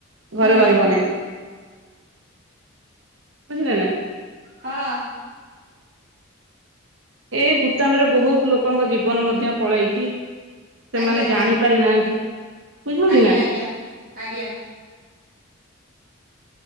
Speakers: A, on the right; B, on the right.
A: ଘରେ
B: ହୁଁ
A: ରହିବନାହିଁ ବୁଝିଲେନା।
B: ହଁ।
A: ଏଇ ଭୂତାଣୁରେ ବହୁତ୍ ଲୋକଙ୍କ ଜୀବନ ମଧ୍ୟ ପଳେଇଚି ସେମାନେ
B: ଆଜ୍ଞା
A: ଜାଣି ପାରିନାହାନ୍ତି। ବୁଝିହଉଛି
B: ଆଜ୍ଞା
A: ନା
B: ଆଜ୍ଞା ଆଜ୍ଞା।